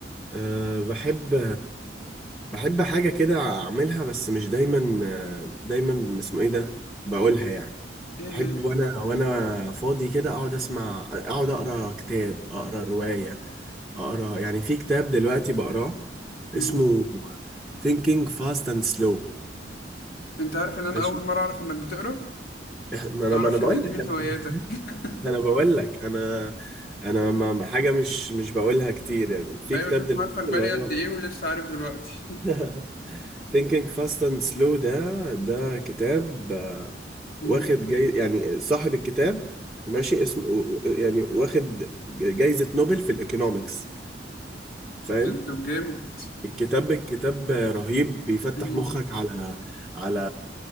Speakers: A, in the centre; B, on the left.
A: أه بحب بحب حاجة كده أعملها بس مش دايما آه، دايما اسمه إيه ده بقولها يعني
B: ايه
A: بحب
B: هي؟
A: وأنا وأنا فاضي كده أقعد أسمع أقعد أقرأ كتاب أقرأ رواية أقرأ يعني في كتاب دلوقتي بقراه
B: مم.
A: اسمه Thinking Fast and Slow
B: انت عارف ان انا
A: ماشي
B: اول مرة اعرف انك بتقرا
A: ما أنا
B: ما اعرفش
A: ما أنا
B: ان
A: بقول
B: دي
A: لك
B: من
A: أنا
B: هواياتك
A: <laughs>
B: <laughs>
A: أنا بقول لك أنا أنا ما ما- حاجة مش مش بقولها كتير يعني في
B: ايوه
A: كتاب
B: شوف
A: دلوقتي
B: عارفك بقالي
A: اللي هو
B: قد ايه ولسه عارف دلوقتي
A: <laughs> Thinking Fast and Slow ده ده كتاب آه،
B: مم.
A: واخد جاي يعني صاحب الكتاب ماشي اسمه يعني واخد جايزة نوبل في الإيكونومكس فاهم
B: <laughs> ده جامد
A: الكتاب الكتاب رهيب بيفتح
B: مم.
A: مخك على على